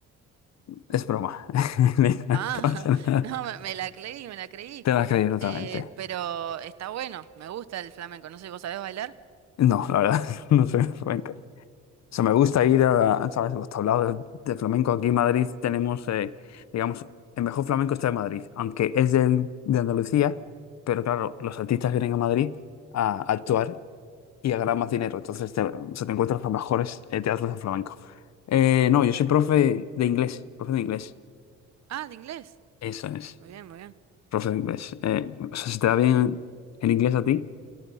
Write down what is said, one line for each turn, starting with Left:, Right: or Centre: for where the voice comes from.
Left: Es
Right: mm,
Left: broma. <laughs> Nathan,
Right: ah,
Left: no pasa
Right: <laughs>
Left: nada.
Right: no, me, me la creí, me la creí.
Left: Te lo has creído totalmente.
Right: Eh, pero está bueno, me gusta el flamenco. No sé, ¿vos sabés bailar?
Left: No, la verdad, <laughs> no soy flamenco. O sea, me gusta ir a, ¿sabes? Los tablados de flamenco. Aquí en Madrid tenemos, eh, digamos, el mejor flamenco está en Madrid, aunque es del- de Andalucía, pero claro, los artistas vienen a Madrid a, actuar y a ganar más dinero. Entonces te, se te encuentras los mejores eh, teatros de flamenco. Eh, no, yo soy
Right: Mm.
Left: profe de inglés, profe de inglés.
Right: Ah, de inglés.
Left: Eso es,
Right: Muy bien, muy bien.
Left: profe de inglés. Eh, o sea, ¿se te da bien el inglés a ti?